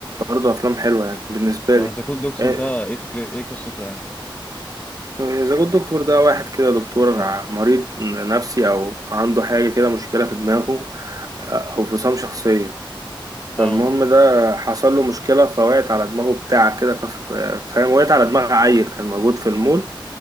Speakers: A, on the right (about 45°); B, on the left (about 15°).
A: برضه افلام حلوة يعني بالنسبة
B: ده
A: لي
B: ذا جود دكتور
A: آه،
B: ده ايه فكره ايه قصته يعني
A: ذا جود دكتور ده واحد كده دكتور ع- مريض نفسي او عنده حاجة كده مشكلة في دماغه آه، او فصام شخصية
B: اه
A: فالمهم ده حصل له مشكلة فوقعت على دماغه بتاع كده كسر فاهم وقعت على دماغ عيل كان موجود في المول